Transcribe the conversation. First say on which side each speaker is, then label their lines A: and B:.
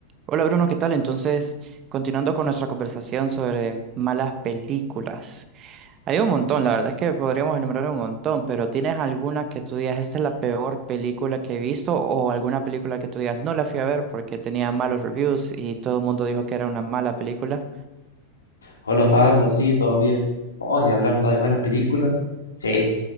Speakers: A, on the right; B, on the left.
A: Hola Bruno, ¿qué tal? Entonces, continuando con nuestra conversación sobre malas películas. Hay un montón, la verdad es que podríamos enumerar un montón, pero ¿tienes alguna que tú digas, esta es la peor película que he visto? ¿O alguna película que tú digas, no la fui a ver porque tenía malos reviews y todo el mundo dijo que era una mala película?
B: Hola, Faldo, sí, todo bien. Hoy, hablando de malas películas, sí,